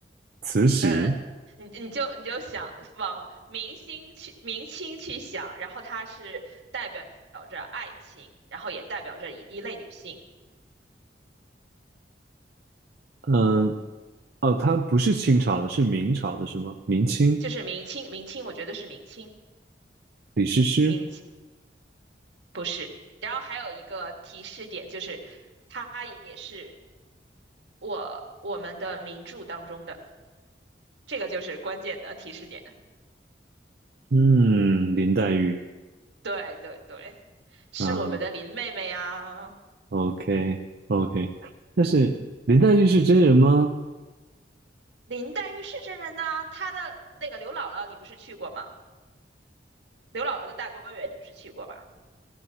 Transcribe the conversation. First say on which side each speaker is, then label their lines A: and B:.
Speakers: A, on the right; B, on the right.
A: 慈禧，
B: 呃，你你就你就想往明星去明清去想，然后它是代表着爱情，然后也代表着一一类女性，
A: 嗯，哦，他不是清朝的，是明朝的，是吗？明清，
B: 就是明清明清，我觉得是明清
A: 李师师，
B: 明清不是。然后还有一个提示点就是，它也是我我们的名著当中的，这个就是关键的提示点。
A: 嗯，林黛玉
B: 对对对，是我们的林妹妹呀，
A: 啊，OK OK，但是林黛玉是真人吗？
B: 林黛玉是真人呐、她的那个刘姥姥你不是去过吗？刘姥姥的大观园你不是去过吧？